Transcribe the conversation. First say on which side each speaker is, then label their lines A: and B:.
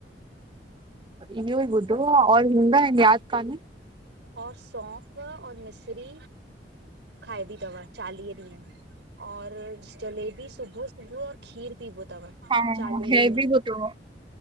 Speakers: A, on the right; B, on the right.
A: इहो भी <unintelligible> यादि कान।
B: और सौंफ़ और मिस्री खाइबी थव चालीह ॾींहं। और जलेबी सुबु सुबुह और खीर पीबो थव
A: हा
B: चालीह ॾींहं।
A: <unintelligible>